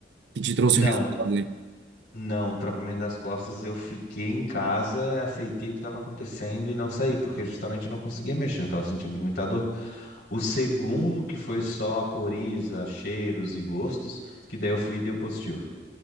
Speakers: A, on the right (about 65°); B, on the left (about 60°).
A: que te trouxe
B: Não,
A: o resultado aí.
B: Não, o travamento das costas eu fiquei em casa, aceitei o que estava acontecendo e não saí, porque justamente eu não conseguia mexer, eu estava sentindo muita dor. O segundo, que foi só coriza, cheiros e gostos, que daí eu fui e deu positivo.